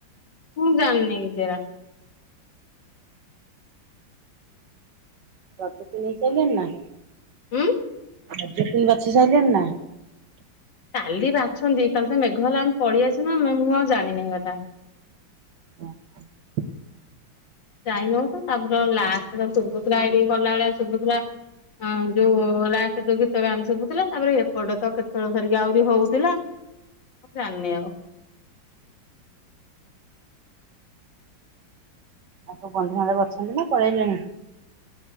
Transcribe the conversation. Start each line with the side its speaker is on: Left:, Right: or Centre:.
Left: ମୁଁ ଜାଣିନି କିଛି ଏରା।
Right: <unintelligible> ନେଇ ସାଇଲେଣି ନା?
Left: ହୁଁ?
Right: <unintelligible> ବାଛିି ସାଇଲେଣି ନା?
Left: କାଲି ବାଛନ୍ତି। କାଲି ତ ମେଘ ହେଲା ଆମେ ପଳେଇଆସିଲୁ ମୁଁ ଆଉ ଜାଣିନି ସେ କଥା।
Right: ଓହୋଃ।
Left: ଯାଇନୋଉ ତ ତାପରେ ଲାଷ୍ଟ ତ ଶୁଭୁ ଏଇଠି ଗଲାବେଳେ ଶୁଭୁ ଥିଲା ହଁ ଯୋଉ ଲାଷ୍ଟରେ ଯୋଉ ଗୀତ ଗାନ ଶୁଭୁଥିଲା। ତାପରେ ଏପଟେ ତ କେତେବେଳେ ସରିକି ଆହୁରି ହଉଥିଲା। ମୁଁ ଜାଣିନି ଆଉ।
Right: ଆଉ କୋଉ ବନ୍ଧୁବାନ୍ଧବ ଅଛନ୍ତି ନା ପଳେଇଲେଣି?